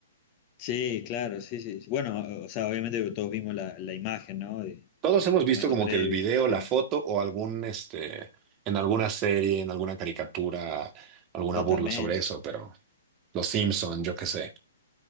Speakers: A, on the left; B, on the right.
A: Sí, claro, sí, sí. sí. Bueno, o sea, obviamente todos vimos la, la imagen, ¿no? De
B: Todos hemos
A: momento
B: visto como
A: previo,
B: que el video, la
A: sí,
B: foto o algún, este, en alguna serie, en alguna caricatura, alguna
A: totalmente.
B: burla sobre eso, pero Los Simpson, yo qué sé.